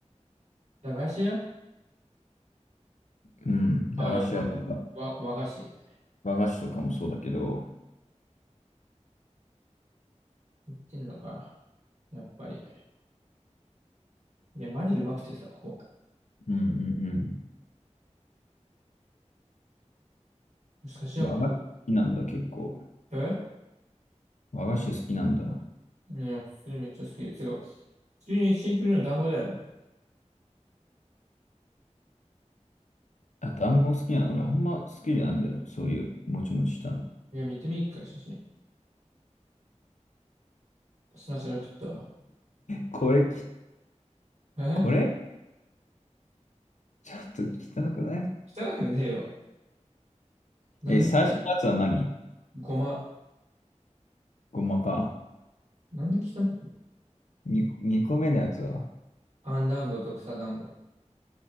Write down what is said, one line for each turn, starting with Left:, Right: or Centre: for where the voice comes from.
Right: 駄菓子屋
Left: うん。
Right: あれ、
Left: 駄菓子屋とか、
Right: 和が、和、和菓子。
Left: 和菓子とかもそうだけど。
Right: 言ってんのか。やっぱり。いや、マジでうまくてさ、こ
Left: うんうんうん。
Right: う、写真送るよ。
Left: 和菓子好きなんだ、結構。
Right: え
Left: 和菓子好きなんだ。
Right: いや、普通にめっちゃ好き。すごい。普通にシンプルな団子だよね。
Left: あ、団子好きなの。俺あんま好きじゃないんだよね。そういうもちもちしたの。
Right: いや、見てみっか、写真。砂ャラ食ったわ。
Left: これき、
Right: え
Left: これちょっと汚くない
Right: 汚くねえよ。なん、
Left: え、最初のやつは何
Right: ごま、
Left: ごまか。
Right: なんで汚いの
Left: 2、二個目のやつは。
Right: あん団子と草団子。